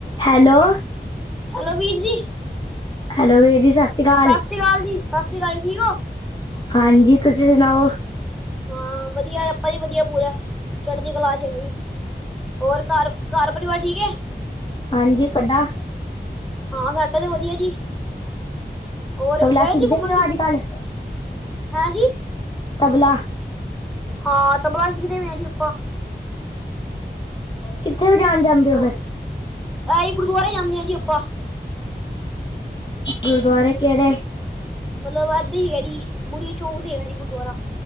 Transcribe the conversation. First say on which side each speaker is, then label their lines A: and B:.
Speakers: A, on the left; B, in the centre.
A: Hello
B: hello, ਵੀਰ ਜੀ
A: hello ਵੀਰ ਜੀ ਸ਼੍ਰੀ ਅਕਾਲ।
B: ਸਤਿ ਸ਼੍ਰੀ ਅਕਾਲ ਜੀ, ਸਤਿ ਸ਼੍ਰੀ ਅਕਾਲ, ਠੀਕ ਹੋ
A: ਹਾਂਜੀ, ਤੁਸੀਂ ਸੁਣਾਓ-
B: ਹਾਂ, ਵਧੀਆ ਆਪਾਂ ਵੀ ਵਧੀਆ ਪੂਰੀ ਚੜ੍ਹਦੀ ਕਲਾ ਚ ਹੈ ਜੀ, ਹੋਰ ਘਰ ਘਰ ਪਰਿਵਾਰ ਠੀਕ ਹੈ-
A: ਹਾਂਜੀ ਕੱਡਾ
B: ਹਾਂ ਸਾਡਾ ਤਾਂ ਵਧੀਆ ਜੀ, ਹੋਰ
A: ਤਬਲਾ
B: ਗਏ
A: ਸਿੱਖਦੇ
B: ਸੀ ਘੁੰਮਣ
A: ਪਏ ਹੋ
B: ਕਿ
A: ਅੱਜ ਕੱਲ
B: ਹਾਂਜੀ-
A: ਤਬਲਾ।
B: ਹਾਂ, ਤਬਲਾ ਸਿੱਖਦੇ ਪਏ ਜੀ ਆਪਾਂ।
A: ਕਿੱਥੇ ਵਜਾਣ ਜਾਂਦੇ। ਹੋ
B: ਉਹ
A: ਫਿਰ
B: ਆਹੀ ਗੁਰਦੁਆਰੇ ਜਾਂਦੇ ਆ ਜੀ ਆਪਾਂ।
A: ਗੁਰਦੁਆਰੇ ਕਿਹੜੇ?
B: ਮਤਲਬ ਇੱਦਾਂ ਹੀ ਹੈਗਾ ਜੀ, ਬੁੜੀਆ ਚੌਂਕ ਤੇ ਹੈਗਾ ਜੀ ਗੁਰਦੁਆਰਾ।